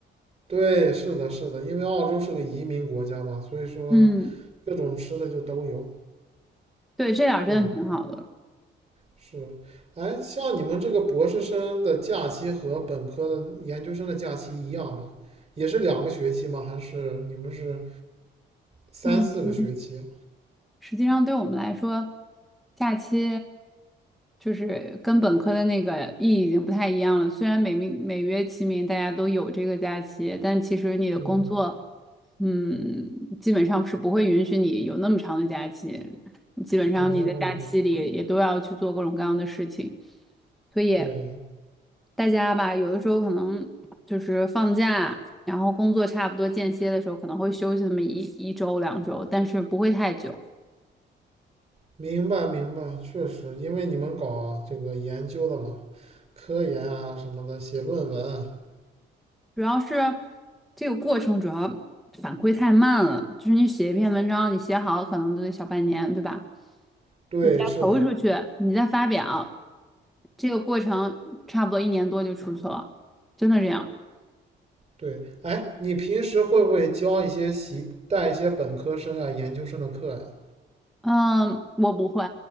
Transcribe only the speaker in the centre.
嗯，
对，这点儿真的挺好的。
嗯嗯。实际上对我们来说，假期就是跟本科的那个意义已经不太一样了。虽然每名每月、其名，大家都有这个假期，但其实你的工作，
嗯，基本上是不会允许你有那么长的假期。基本上你在假期里也都要去做各种各样的事情，
所以
大家吧，有的时候可能就是放假，然后工作差不多间歇的时候，可能会休息那么一一周两周，但是不会太久。
主要是这个过程主要反馈太慢了，就是你写一篇文章，你写好可能都得小半年，对吧？
你再投出去，
你再发表，这个过程差不多一年多就出去了，真的这样。
嗯，我不会，